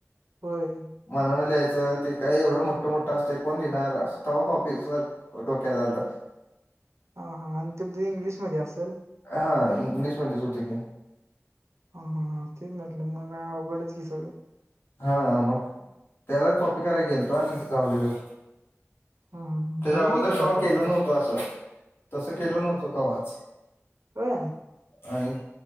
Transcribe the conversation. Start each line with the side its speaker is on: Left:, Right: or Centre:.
Right: होय.
Left: मनानं लिहायचं ते काय एवढं मोठं मोठं असतय कोण लिहिणार असं तवा कॉपी सार् डोक्यात आलत.
Right: हां हां आणि तुमच इंग्लिशमध्ये असल?
Left: हां इंग्लिशमध्येच होत की.
Right: हां हां हां तेच म्हटलं मग काय अवघडच की सगळं.
Left: हां मग, त्याला वेळी कॉपी कराय गेलतो आणि गावलेलो.
Right: हा हा
Left: त्याच्या
Right: मुली
Left: अगोदर
Right: किती आहेत
Left: कवा
Right: आता
Left: केल
Right: वर्गात
Left: नव्हतं असं, तसं केल नव्हतं कव्हाच.
Right: व्हय.
Left: आणि